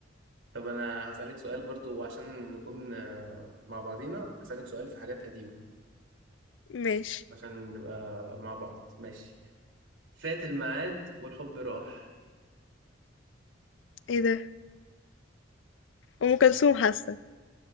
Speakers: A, on the right (about 85°); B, on the left (about 70°).
A: طب انا هسألك سؤال برضو عشان نكون آه، مع بعضينا هسألك سؤال في حاجات قديمة
B: ماشي
A: عشان نبقى مع بعض ماشي فات الميعاد والحب راح
B: ايه ده؟ أم كلثوم حاسة